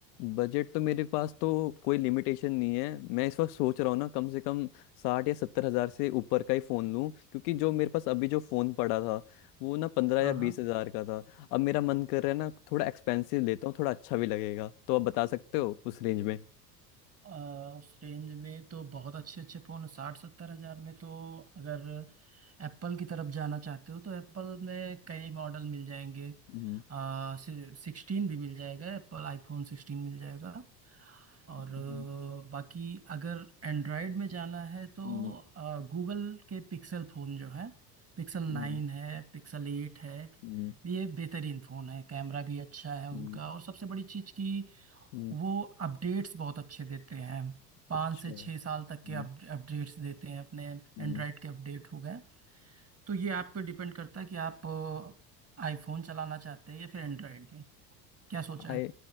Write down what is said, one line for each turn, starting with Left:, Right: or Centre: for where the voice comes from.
Left: बजट तो मेरे पास तो कोई लिमिटेशन नहीं है मैं इस वक्त सोच रहा हूँ ना कम से कम साठ या सत्तर हजार से ऊपर का ही फोन लूँ क्योंकि जो मेरे पास अभी जो फोन पड़ा था वो ना पंद्रह
Right: हाँ
Left: या
Right: हाँ
Left: बीस हजार का था अब मेरा मन कर रहा है ना थोड़ा एक्सपेंसिव लेता हूँ थोड़ा अच्छा भी लगेगा तो आप बता सकते हो उस रेंज में
Right: आ, उस रेंज में तो बहुत अच्छे अच्छे फोन साठ सत्तर हजार में तो अगर एप्पल की तरफ जाना चाहते हो तो एप्पल में कई मॉडल मिल जाएंगे
Left: हम्म
Right: आ, सिक्सटीन भी मिल जाएगा एप्पल आईफोन सिक्सटीन मिल जाएगा और अ,
Left: हम्म,
Right: बाकी अगर एंड्रॉयड में जाना है तो
Left: हम्म,
Right: गूगल के पिक्सल फ़ोन जो है पिक्सल नाइन
Left: हम्म।
Right: है पिक्सल एट है
Left: हम्म,
Right: ये बेहतरीन फ़ोन है कैमरा भी अच्छा है उनका
Left: हम्म,
Right: और सबसे बड़ी चीज़ कि
Left: हम्म,
Right: वो अपडेट्स बहुत अच्छे देते हैं पाँच
Left: अच्छा
Right: से छः साल
Left: हम्म,
Right: तक के अपडेट्स देते हैं अपने
Left: हम्म,
Right: एंड्रॉयड के अपडेट हो गए तो ये आप पे डिपेंड करता है कि आप आईफोन चलाना चाहते हैं या फिर एंड्रॉयड में क्या सोचा
Left: आई
Right: है